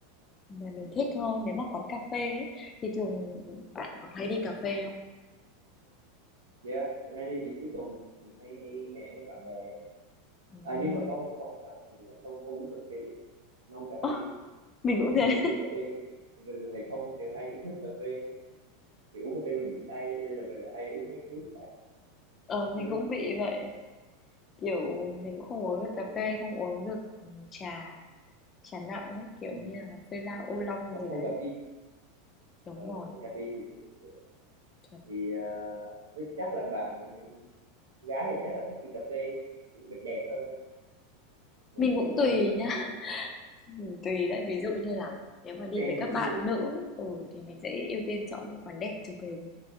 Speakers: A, on the left (about 25°); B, on the right (about 70°).
A: nó Mà mình thích hơn nếu mà quán cà phê ấy, thì thường bạn có hay đi cà phê không?
B: Dạ, mình hay đi thì cuối tuần thì hay, hay hẹn với bạn bè.
A: Ừm.
B: À, nhưng mà có một có một cái là mình lại không không uống cà phê được. Non cà
A: Ơ,
B: phê
A: mình cũng
B: nên
A: thế.
B: là đi cà phê nhưng mình mình lại không thì hay thưởng thức cà phê. Thì uống cà phê mình bị say cho nên là mình lại hay uống mấy cái nước khác,
A: Ờ, mình
B: uống cái nước
A: cũng bị
B: kiểu kiểu
A: vậy.
B: khác,
A: Kiểu mình cũng không
B: không uống
A: uống
B: cà
A: được
B: phê
A: cà
B: được.
A: phê, không uống được ừ, trà, trà nặng ấy, kiểu
B: Ừ.
A: như là phê la
B: Đúng rồi,
A: ô
B: tức là
A: long
B: không
A: gì
B: không
A: đấy.
B: cà phê.
A: Đúng
B: Ờ,
A: rồi.
B: cái cà phê nhiều cũng không được.
A: Chuẩn.
B: Thì à, với chắc là bạn gái thì chắc là thích đi cà phê kiểu đẹp đẹp hơn ha. Mình
A: Mình cũng
B: thì
A: tùy
B: hay đi cà
A: nhá.
B: phê kiểu
A: Mình tùy đấy. Ví dụ như là
B: nó
A: nếu mà đi
B: trend
A: với các
B: thì nó
A: bạn
B: mới đi.
A: nữ, ừ thì mình sẽ ưu tiên chọn những quán đẹp chụp hình.